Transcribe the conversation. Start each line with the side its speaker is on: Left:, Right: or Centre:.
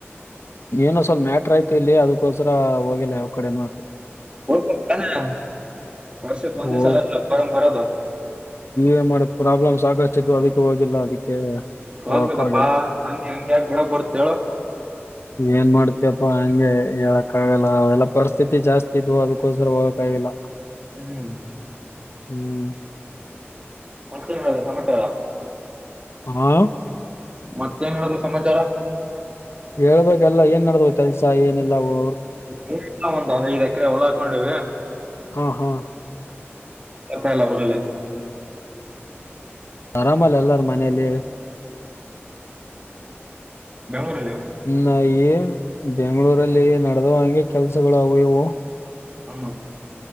Left: ಏನೋ ಸ್ವಲ್ಪ ಮ್ಯಾಟ್ರಾಯ್ತಿಲ್ಲಿ ಅದಕೋಸ್ರ ಹೋಗಿಲ್ಲ ಯಾವ್ಕಡೆನೂ
Right: ಹೋಗ್ಬೇಕ್ತಾನೇ ವರ್ಷಕ್ ಒಂದೇ
Left: ಹೋಗ್
Right: ಸಲ ಮೊಹರಂ ಬರದು.
Left: ಏನ್ ಮಾಡಕ್ ಪ್ರಾಬ್ಲಮ್ ಸಾಕಷ್ಟಿದ್ವು ಅದಕ್ಕೆ ಹೋಗಿಲ್ಲ ಅದಕ್ಕೆ
Right: ಹೋಗ್ಬೇಕಪ್ಪಾ
Left: ಹೋಗಕ್ ಆಗಿಲ್ಲ
Right: ಹಂಗ ಹೆಂಗ್ ಯಾಕ್ ಬಿಡಕ್ ಬರ್ತ್ತಹೇಳು.
Left: ಏನ್ ಮಾಡ್ತಿಯಪ್ಪಾ ಹಂಗೆ ಹೇಳಕ್ಕಾಗಲ್ಲ ಅವೆಲ್ಲ ಪರಿಸ್ಥಿತಿ ಜಾಸ್ತಿ ಇದ್ವು ಅದಕ್ಕೋಸ್ಕರ ಹೋಗಕಾಗಿಲ್ಲ.
Right: ಹ್ಮ್
Left: ಹ್ಮ್
Right: ಮತ್ತೇನದೆ ಸಮಾಚಾರ?
Left: ಆ
Right: ಮತ್ತೇನ್ ಹೇಳುದು ಸಮಾಚಾರ
Left: ಹೇಳ್ಬೇಕಲ್ಲ ಏನ್ ನಡ್ತಾವ ಕೆಲ್ಸ ಏನಿಲ್ಲವೋ
Right: <unintelligible> ಒಂದ ಹ <inaudible> ಐದ್ ಎಕರೆ ಹೊಲ ಹಾಕೊಂಡಿವಿ ಹ
Left: ಹಾ ಹಾ
Right: ಕೆಲಸ ಇಲ್ಲ ಊರಲ್ಲಿ
Left: ಆರಾಮಲ್ಲ ಎಲ್ಲಾರ ಮನೇಲಿ
Right: ಬೆಂಗಳೂರುಲ್ಲಿ
Left: ಇನ ಏನ್ ಬೆಂಗಳೂರಲ್ಲಿ ನಡೆದವ ಹಂಗೆ ಕೆಲ್ಸಗಳು ಅವು ಇವು
Right: ಹ <inaudible>